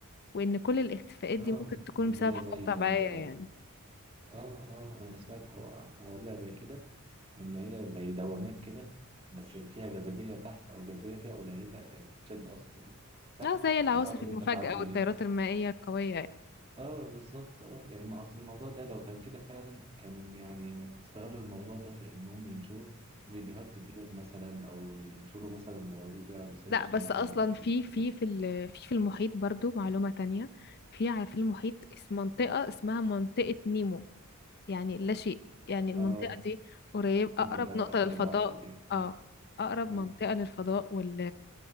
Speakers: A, on the left (about 50°); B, on the right (about 25°).
A: وإن كل الاختفاءات
B: اه
A: دي ممكن تكون
B: انا
A: بسبب حاجات
B: زي
A: طبيعية
B: آه،
A: يعني
B: اه اه انا سمعت حو- مواضيع زي كده ان هي زي دوامات كده بس فيها جاذبيه تحت او جاذبيه فيها قليله آه، تشد قصدي تحت
A: أو زي العواصف
B: فصعب ان
A: المفاجئة
B: انت تعدي
A: والتيارات المائية القوية يعني.
B: اه بالظبط اه يعني ما اصل الموضوع ده لو كان كده فعلا كان يعني استغلوا الموضوع ده في انهم ينشروا فيديوهات كتير مثلا او ينشروا مثلا مواضيع ريسيرش
A: لا بس
B: مثلا
A: أصلا
B: عن
A: في في
B: الفكرة.
A: في ال- في في المحيط برضو معلومة تانية في ع- في المحيط اس- منطقة اسمها منطقة نيمو يعني لا شيء يعني المنطقة
B: اه
A: دي قريب أقرب
B: دي اللي هو
A: نقطة
B: اخر
A: للفضاء
B: البحر دي اه
A: اه أقرب
B: اه
A: منطقة للفضاء وال